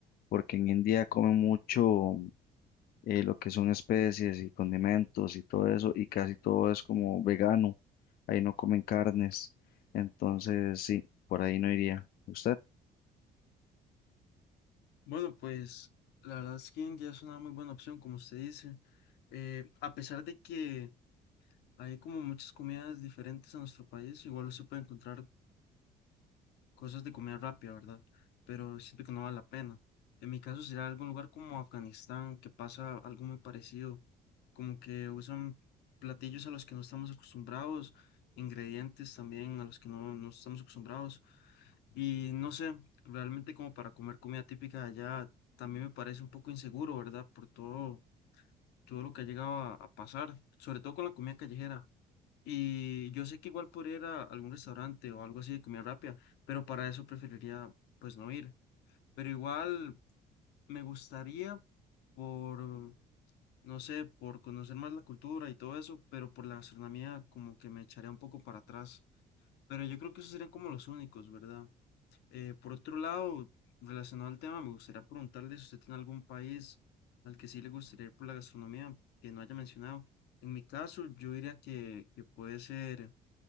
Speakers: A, on the left; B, on the left.
A: porque en India comen mucho eh, lo que son especies y condimentos y todo eso, y casi todo es como vegano, ahí no comen carnes, entonces sí, por ahí no iría. ¿Usted?
B: Bueno, pues la verdad es que India es una muy buena opción, como usted dice. Eh, a pesar de que hay como muchas comidas diferentes en nuestro país, igual se puede encontrar cosas de comida rápida, ¿verdad? Pero siento que no vale la pena. En mi caso sería algún lugar como Afganistán, que pasa algo muy parecido, como que usan platillos a los que no estamos acostumbrados, ingredientes también a los que no, no estamos acostumbrados. Y no sé, realmente como para comer comida típica de allá, también me parece un poco inseguro, ¿verdad? Por todo, todo lo que ha llegado a a pasar, sobre todo con la comida callejera. Y yo sé que igual podría ir a algún restaurante o algo así de comida rápida, pero para eso preferiría pues no ir. Pero igual me gustaría por, no sé, por conocer más la cultura y todo eso, pero por la gastronomía como que me echaría un poco para atrás. Pero yo creo que esos serían como los únicos, ¿verdad? Eh, por otro lado, relacionado al tema, me gustaría preguntarle si usted tiene algún país al que sí le gustaría ir por la gastronomía que no haya mencionado. En mi caso, yo diría que, que puede ser